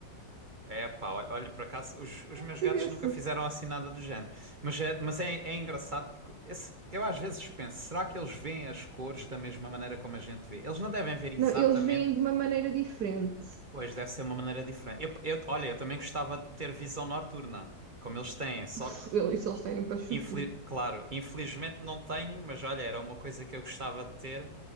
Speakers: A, on the right (about 30°); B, on the right (about 65°).
A: É, pá, olha, olha, por acaso os, os meus
B: Se
A: gatos
B: vê-se.
A: nunca fizeram assim nada do género. Mas é, mas é, é engraçado porque esse- eu às vezes penso, será que eles veem as cores da mesma maneira como a gente vê? Eles não devem ver exatamente,
B: Não, eles veem de uma maneira diferente.
A: pois deve ser uma maneira diferente. Eu, eu- olha, eu também gostava de ter visão noturna, como eles têm, só
B: Isso
A: que,
B: eles têm para chuchu.
A: infeli- claro, infelizmente não tenho, mas olha, era uma coisa que eu gostava de ter